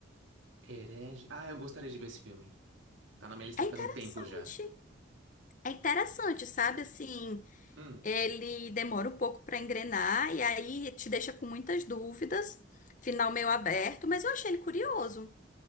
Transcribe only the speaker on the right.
Herege. Ah, eu gostaria de ver esse filme. Tá na minha lista
faz
um tempo já.
Hum,